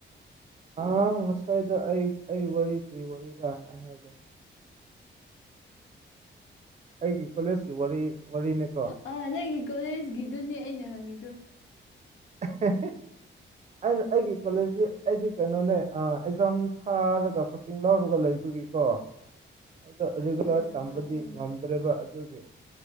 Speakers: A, on the right; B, on the left.
A: ꯑꯥ ꯉꯁꯥꯏꯗꯣ ꯑꯩ ꯑꯩ ꯋꯥꯔꯤ ꯀ꯭ꯔꯤ ꯋꯥꯔꯤꯔ ꯑꯩ ꯍꯥꯏꯗꯣ ꯑꯩꯒꯤ ꯀꯣꯂꯦꯖꯀꯤ ꯋꯥꯔꯤ ꯋꯥꯔꯤꯅꯦꯀꯣ
B: ꯑꯥ ꯅꯪꯒꯤ ꯀꯣꯂꯦꯖꯒꯤꯗꯨꯅꯦ ꯑꯩꯅ ꯍꯪꯉꯤꯗꯨ
A: <unintelligible> ꯑꯩꯅ ꯑꯩꯒꯤ ꯀꯣꯂꯦꯖꯇꯤ ꯑꯩꯗꯤ ꯀꯩꯅꯣꯅꯦ ꯑꯥ ꯑꯦꯛꯖꯥꯝ ꯊꯥꯔꯒ ꯆꯤꯡ ꯂꯧꯔꯒ ꯂꯩꯕꯒꯤꯀꯣ
B: <inaudible>
A: ꯑꯩꯗꯣ ꯔꯤꯒꯨꯂꯔ
B: ꯀꯩ ꯑꯦꯛꯖꯥꯝ
A: ꯇꯝꯕꯗꯤ
B: ꯊꯥꯗꯣꯏꯅꯣ
A: ꯉꯝꯗ꯭ꯔꯦꯕ ꯑꯗꯨꯒꯤ